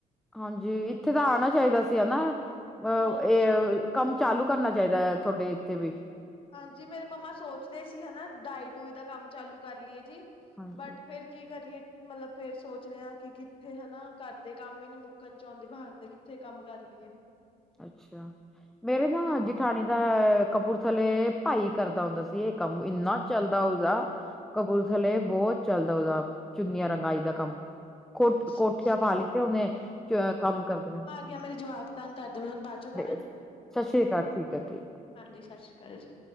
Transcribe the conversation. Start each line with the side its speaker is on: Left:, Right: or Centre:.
Centre: ਹਾਂਜੀ, ਇੱਥੇ ਤਾਂ ਆਣਾ ਚਾਹੀਦਾ ਸੀ ਹਨਾ ਅ
Left: ਹਾਂਜੀ
Centre: ਏ ਕੰਮ ਚਾਲੂ ਕਰਨਾ ਚਾਹੀਦਾ ਏ ਤੁਹਾਡੇ ਏਥੇ ਵੀ,
Left: ਹਾਂਜੀ, ਮੇਰੀ ਮੰਮਾ ਸੋਚਦੇ ਸੀ ਹਨਾ ਡਾਈ ਡੂਈ ਦਾ ਕੰਮ ਚਾਲੂ ਕਰ ਲਈਏ ਜੀ
Centre: ਹਾਂਜੀ।
Left: ਬਟ ਫਿਰ ਕੀ ਕਰੀਏ ਮਤਲਬ ਫੇਰ ਸੋਚਦੇ ਆ ਕਿ ਕਿੱਥੇ ਹਨਾ ਘਰਦੇ ਕੰਮ ਈ ਨੀ ਮੁੱਕਣ ਚ ਆਉਂਦੇ ਬਾਹਰ ਦੇ ਕਿੱਥੇ ਕੰਮ ਕਰ ਲਈ ਏ।
Centre: ਅੱਛਾ, ਮੇਰੇ ਨਾ ਜੇਠਾਣੀ ਦਾ ਕਪੂਰ ਥੱਲੇ ਭਾਈ ਕਰਦਾ ਹੁੰਦਾ ਸੀ ਇਹ ਕੰਮ ਇੰਨਾ ਚੱਲਦਾ ਉ, ਸਦਾ ਕਪੂਰਥਲੇ ਬਹੁਤ ਚੱਲਦਾ ਓਦਾ ਚੁੰਨੀਆਂ ਰੰਗਾਈ ਦਾ ਕੰਮ, ਕੋ
Left: ਅੱਛਾ
Centre: ਕੋਠੀਆਂ ਪਾ ਲਿੱਤੇ ਉਹਨੇ ਚ ਕੰਮ ਕਰਦਿਆਂ।
Left: ਯਾਰ ਮੇਰੇ ਜਵਾਕ ਤੰਗ ਕਰਦੇ ਮੈਂ ਤੁਹਾਨੂੰ ਬਾਚੋਂ ਕਰਾਂ
Centre: ਸਤਿ ਸ੍ਰੀ ਅਕਾਲ ਠੀਕ ਹੈ ਠੀਕ
Left: ਹਾਂਜੀ ਸਤਿ ਸ਼੍ਰੀ ਅਕਾਲ ਜੀ।